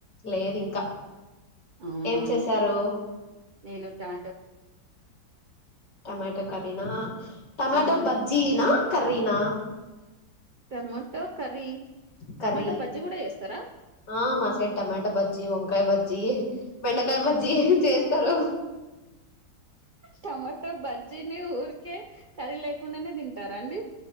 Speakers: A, on the left; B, on the right.
A: లేదు ఇంకా
B: అవునా
A: ఏం చేసారు
B: నేను టా
A: టమాటో కర్రీ నా టమాటో
B: ఉమ్
A: బజ్జీనా కర్రీనా
B: tomato curry
A: curry
B: tomato bajji కూడా చేస్తారా
A: ఆ మా సైడ్ టమాట బజ్జి, వంకాయ బజ్జి బెండకాయ బజ్జీ చేస్తారు
B: టమాటో బజ్జీని ఊరికే కర్రీ లేకుండానే తింటారా అండి